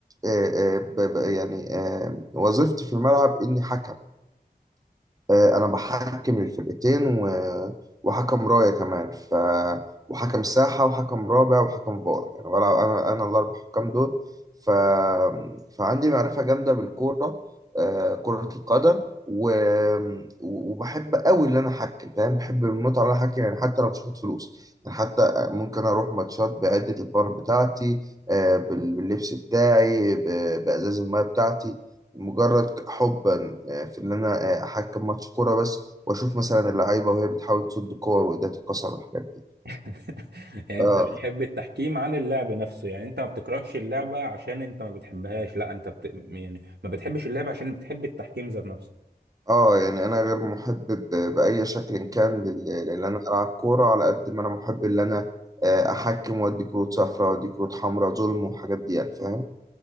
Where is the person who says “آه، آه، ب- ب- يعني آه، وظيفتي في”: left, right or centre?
Right